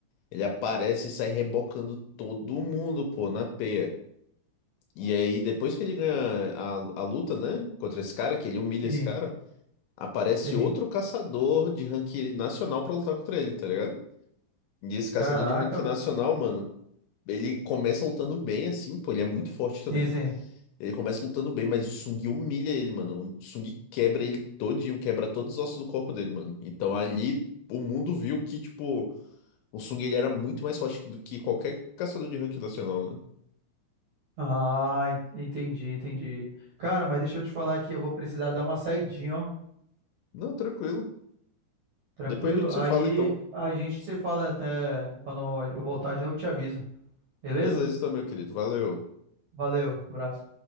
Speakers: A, on the left; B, on the right.
A: Ele aparece e sai rebocando todo mundo, pô, na peia. E aí, depois que ele ganha a, a luta, né, contra esse cara, que ele humilha
B: sim,
A: esse cara, aparece
B: sim.
A: outro caçador de ranking nacional pra lutar contra ele, tá ligado? E esse caçador
B: Caraca,
A: de rank nacional,
B: velho.
A: mano, ele começa lutando bem, assim, pô, ele é muito forte
B: sim,
A: também.
B: sim.
A: Ele começa lutando bem, mas o Sung humilha ele, mano. O Sung quebra ele todinho, quebra todos os ossos do corpo dele, mano. Então ali o mundo viu que, tipo, o Sung ele era muito mais forte do que qualquer caçador de rank nacional, né?
B: Ah, en- entendi, entendi. Cara, mas deixa eu te falar aqui, eu vou precisar dar uma saidinha, ó.
A: Não, tranquilo.
B: Tranquilo?
A: Depois a gente
B: Aí
A: se fala, então.
B: a gente se fala até quando eu voltar de novo, eu te aviso. Beleza?
A: Beleza, então, meu querido. Valeu.
B: Valeu, abraço.